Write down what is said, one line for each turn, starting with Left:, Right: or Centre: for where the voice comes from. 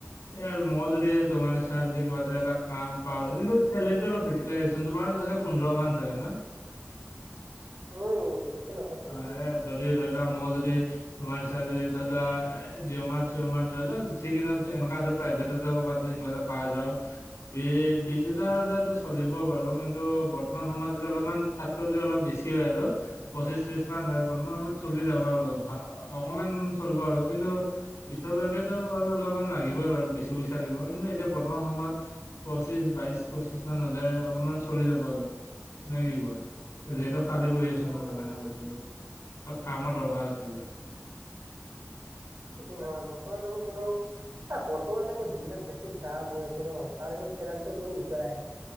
Left: এ আৰু মই যদি তোমাৰে চাই যদি কিবা যদি এটা কাম পাওঁ আৰু কিন্তু চেলেৰিটো অলপ বেছি লাগে দেচোন তোমাৰ চাগে পোন্ধৰ মান চাগে ন।
Right: উম। নহয় চেলাৰী
Left: অ',
Right: উম
Left: যদি ধৰি লোৱা মই যদি তোমাৰ হিচাপে ধৰি লোৱা জিঅ'মাৰ চিঅ'মাৰ ধৰি লোৱা যিকিদিনত এনেকুৱা প্ৰাইভেটতে ক'বা যে কিবা এটা পাই যাওঁ বি বিশ হেজাৰ হলেতো চলিব বাৰু কিন্তু বৰ্তমান সময়ত তাতকৈ যদি অলপ বেছি হয় আৰু পচিশ ত্ৰিশ মান হয় বৰ্তমান সময়ত চলি যাব আৰু ভা অকণমান চলিব আৰু। কিন্তু পিছলৈকেতো ব অলপমান লাগিবই বাৰু বেছি পইচা লাগিব কিন্তু এতিয়া বৰ্তমান সময়ত পঁচিশ বাইছ পঁচিশ মান হ'লে অলপমান চলি যাব আৰু। নাই কি কয় যিহেতু খালী বহি আছে ন
Right: উম
Left: সেইকাৰণে কৈছিলো অলপ কামত দৰকাৰ আছিল।
Right: সটো হয় বৰ্তমান মই কিন্তু এ বৰ্তমান যে মই সিবিলাক বস্তুৰ বেছি দাম হৈ আছে ন <unintelligible>